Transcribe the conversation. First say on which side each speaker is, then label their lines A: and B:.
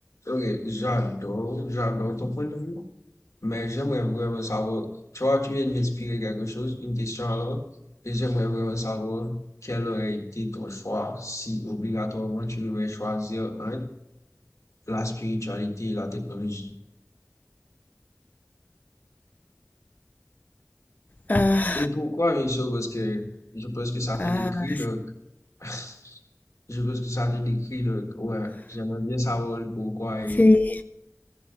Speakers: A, on the left; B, on the left.
A: Ok, j'adore, j'adore ton point de vue, mais j'aimerais vraiment savoir, tu vois, tu viens de m'inspirer quelque chose, une question alors, et j'aimerais vraiment savoir quel aurait été ton choix si obligatoirement tu devais choisir un, la spiritualité et la technologie.
B: Ah,
A: Et pourquoi, bien sûr, parce que je pense que ça te
B: ah,
A: décrit, donc, <laughs> je pense que ça te décrit, donc, ouais, j'aimerais bien savoir le pourquoi et
B: c'est